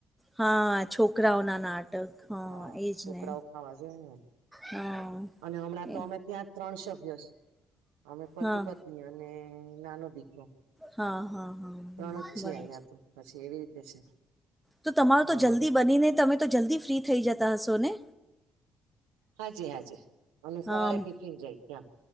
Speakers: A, in the centre; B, on the right (about 70°).
A: હા છોકરાઓના નાટક.
B: હા
A: એજ
B: છોકરાઓ
A: ને
B: ખાવા જોઈએ ને
A: હા
B: અને હમણાં તો
A: એ
B: અમે ત્યાં ત્રણ સભ્ય અમે પતિ
A: હા
B: પત્ની અને નાનો દીકરો.
A: હા હા હા. હા,
B: ત્રણ જ છે
A: બરાબર
B: અહિયાં તો પછી એવી રીતે છે.
A: તો તમારો
B: હા
A: તો જલ્દી બનીને તમે તો જલ્દી ફ્રી થઈ જતા હશો ને!
B: હાજી હા જી અને સવારે
A: હા
B: ટિફિન જાય ત્યાં.